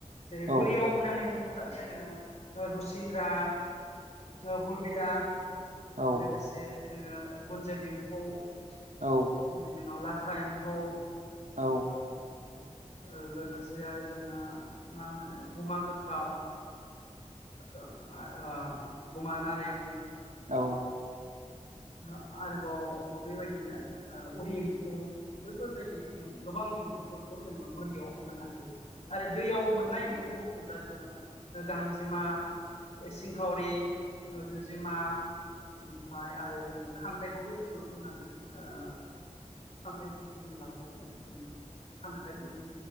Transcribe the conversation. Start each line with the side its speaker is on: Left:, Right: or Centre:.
Left: जेरै
Right: औ
Left: बोरियाव होनानै बुङो ब्ला जोङो ओ गुसिंग्रा ओ बुरबिला
Right: औ
Left: लोगोसे जोङो गुनजेत एम्फौ मुलि
Right: औ
Left: बिनि उनाव लाथा एम्फौ
Right: औ
Left: ओ लोगोसे आरो जोङो मा मोनो गुमा गोथाव ओ आ ओ गुमा नारें
Right: औ
Left: ओ आरोबाव बेबायदिनो ओ उरि इम्फौ बैफोरबायदि माने गोबां एम्फौफोरखौ जोङो बोरियाव मोननो हायो आरो दैयाव मोननाय एम फौ होनोब्ला जोङो गांजेमा सिंखावरि ओ जुजेमा ओमफाय आरो जोङो खांख्राइखौबो जोङो बुंनांगोन। ओ खांख्राइखोबो जों लाफा जागोन जेनेबा खांख्राइ मोनो।